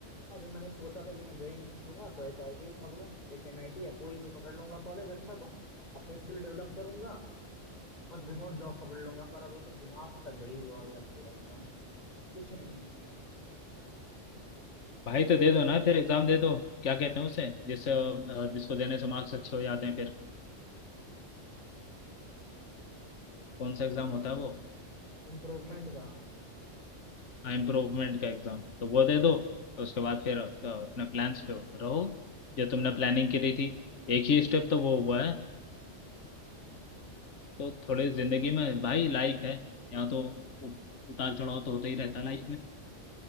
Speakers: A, on the left; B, on the left.
A: अभी मैंने सोचा था कि मैं जेई मेंस दूंगा तो एक आईटी पकड़ूं एक एनआईटी या कोई भी पकड़ लूंगा कॉलेज अच्छा सा अपने स्किल डेवलप करूंगा और रिमोट जॉब पकड़ लूंगा पर अभी तो दिमाग का दही हुआ है यार पूरा एकदम तो कुछ नहीं
B: भाई तो दे दो ना फिर एग्जाम दे दो क्या कहते हैं उसे जिससे अ, जिसको देने से मार्क्स अच्छे हो जाते हैं फिर कौन
A: है
B: सा एग्जाम होता है वो
A: इम्प्रूवमेंट का
B: हाँ इम्प्रूवमेंट का एग्जाम तो वो दे दो तो उसके बाद फिर अ, अपने प्लान्स पे रहो जो तुमने प्लानिंग करी थी एक ही स्टेप तो वो हुआ है तो थोड़े जिंदगी में भाई लाइफ है यहाँ तो उ- उतार चढ़ाव तो होता ही रहता है लाइफ में